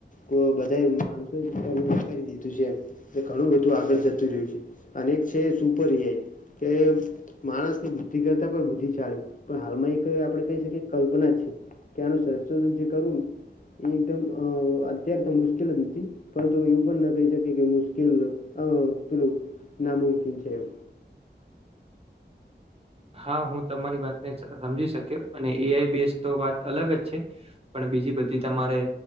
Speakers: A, on the left; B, on the right.
A: કો બધા માણસો કરી દીધું છે એ ઘણું બધું આગળ જતું રહ્યું છે અને એક છે સુપર એઆઈ કે માણસ ની બુદ્ધિ કરતા પણ બુદ્ધિ ચાલી પણ હાલમાં એક આપણે કહી શકીએ કલ્પના જ છે. કે અનુસાર જે કરું એ એકદમ અત્યારે તો મુશ્કેલ જ નથી. પરંતુ એવું પણ ન કહી શકે કે મુશ્કેલ પેલું નામુમકીન છે એમ
B: હા હું તમારી વાતને સમજી શક્યો અને એઆઈ બેઝ તો વાત અલગ જ છે. પણ બીજી બધી તમારે